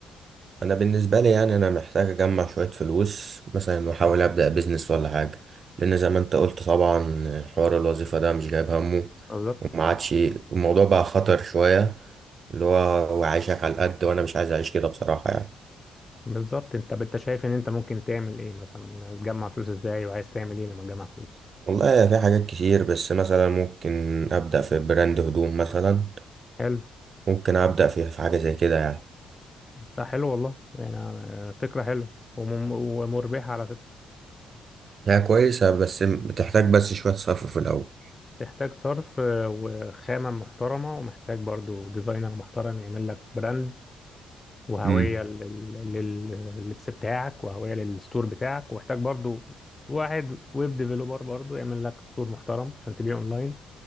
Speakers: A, on the right; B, on the left.
A: انا بالنسبه لي يعني انا محتاج اجمع شويه فلوس مثلا واحاول ابدا بيزنس ولا حاجه لان زي ما انت قلت طبعا حوار الوظيفه ده مش جايب همه
B: بالظبط
A: وما عادش الموضوع بقى خطر شويه اللي هو هو عايشك على القد وانا مش عايز اعيش كده بصراحه يعني
B: بالظبط انت انت شايف ان انت ممكن تعمل ايه مثلا تجمع فلوس ازاي وعايز تعمل ايه لما تجمع فلوس
A: والله في حاجات كتير بس مثلا ممكن ابدا في براند هدوم مثلا
B: حلو
A: ممكن ابدا في في حاجه زي كده يعني
B: ده حلو والله يعني آه، فكرة حلوة ومم- ومربحة على فكرة
A: هي كويسه بس بتحتاج بس شويه صرف في الاول
B: تحتاج صرف آه، وخامة محترمة ومحتاج برضو ديزاينر محترم يعمل لك براند وهوية
A: امم
B: مم. لل- لل- لللبس بتاعك وهوية للستور بتاعك ومحتاج برضو واحد ويب ديفلوبر برضو يعمل لك ستور محترم عشان تبيع اونلاين